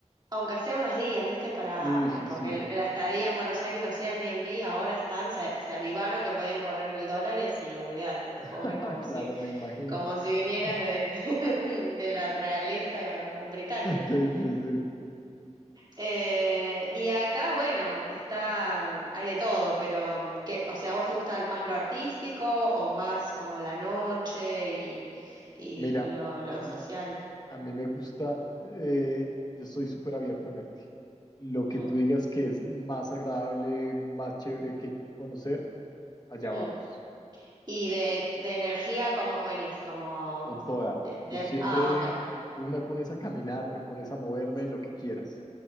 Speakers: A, on the right; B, on the left.
A: aunque sea unos días, ¿viste? Para,
B: Sí, sí,
A: eh, porque
B: sí.
A: el- la estadía en Buenos Aires, los Airbnb ahora están, se, se avivaron que podían cobrar el dólares y olvídate, te
B: <laughs>
A: cobran como
B: Claro,
A: si,
B: me imagino.
A: como si vinieras
B: <laughs>
A: de, <laughs> de la realeza británica.
B: Sí, sí, sí.
A: Eh, y acá, bueno, está, hay de todo, pero mm, que, o sea, ¿a vos te gusta más lo artístico o más como la noche y, y
B: Mira,
A: lo, lo
B: es-
A: social?
B: a mí me gusta, eh, yo soy súper abierto de mente. Lo que
A: Hmm,
B: tú digas que es más agradable, más chévere que hay que conocer, allá
A: hmm.
B: vamos.
A: Y de, de energía, ¿cómo venís? Como
B: con toda.
A: de-
B: Yo
A: de-
B: siempre,
A: ah, ok.
B: tú me pones a caminar, me pones a moverme, lo que quieras.